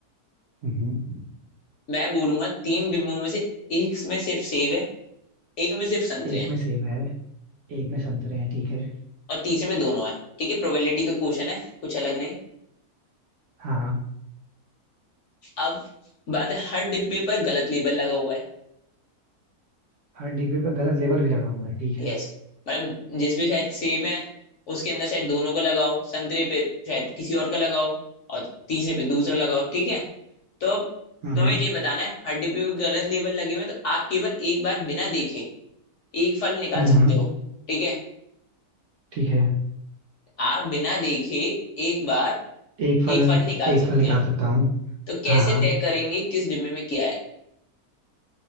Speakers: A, on the right; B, on the left.
A: हम्म
B: मैं बोलूंगा तीन डिब्बों में से एक में सिर्फ सेब है एक में सिर्फ संतरे
A: एक
B: हैं
A: में सेब है एक में संतरे हैं ठीक है
B: और तीसरे में दोनों है ठीक है प्रोबेबिलिटी का क्वेश्चन है कुछ अलग नहीं
A: हाँ हाँ
B: अब बात है हर डिब्बे पर गलत लेबल लगा हुआ है
A: हर डिब्बे पे गलत लेबल भी लगा हुआ है ठीक
B: यस
A: है
B: मतलब जिस पे शायद सेब है उसके अंदर शायद दोनों का लगाओ संतरे पे शायद किसी और का लगाओ और तीसरे पे दूसरा लगाओ ठीक है तो अब
A: हम्म
B: तुम्हें ये बताना है हर डिब्बे पे गलत लेबल लगे हुए हैं तो आप केवल एक बार बिना देखे एक फल निकाल
A: हम्म
B: सकते हो ठीक है
A: ठीक है
B: आप बिना देखे एक बार
A: एक फल
B: एक फल निकाल
A: एक
B: सकते
A: फल निकाल
B: हैं
A: सकता हूँ
B: तो कैसे
A: हाँ हाँ
B: तय करेंगे किस डिब्बे में क्या है